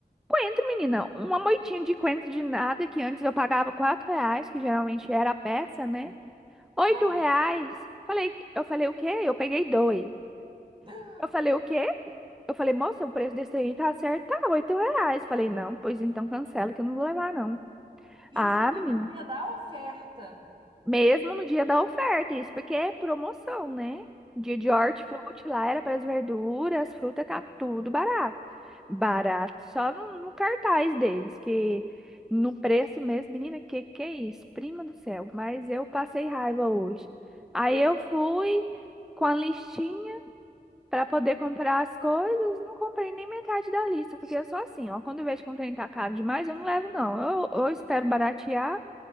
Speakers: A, in the centre; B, on the right.
A: Coentro, menina. Uma moitinha de coentro de nada que antes eu pagava quatro reais, que geralmente era a peça, né? Oito
B: Ah.
A: reais. Falei, eu falei o quê? Eu peguei dois.
B: <gasps>
A: Eu falei o quê? Eu falei, moça, o preço desse aí tá certo, tá oito reais. Falei, não, pois então cancela que eu não vou levar, não.
B: Isso
A: Ah,
B: no
A: menina.
B: dia da oferta.
A: Mesmo no dia da oferta, isso porque é promoção, né? Dia de
B: Gente,
A: hortifruti lá era para as verduras, as frutas, tá tudo barato. Barato só no, no cartaz deles, que no preço mesmo, menina, que que é isso? Prima do céu, mas eu passei raiva hoje. Aí
B: eu
A: eu fui com a listinha para poder comprar as coisas, não comprei nem metade da lista, porque eu sou assim, ó, quando eu vejo que um trem tá caro demais, eu não levo não. Eu, eu espero baratear